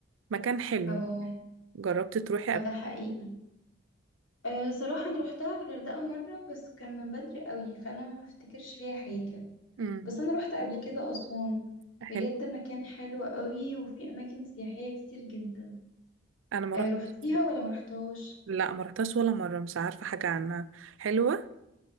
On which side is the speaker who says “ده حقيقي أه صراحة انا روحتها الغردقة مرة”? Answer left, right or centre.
Left